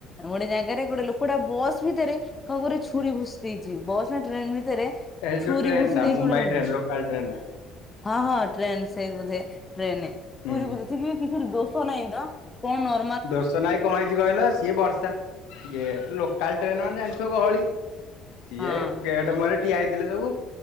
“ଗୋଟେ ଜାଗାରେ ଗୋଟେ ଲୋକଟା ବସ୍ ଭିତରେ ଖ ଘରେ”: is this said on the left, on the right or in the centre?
Left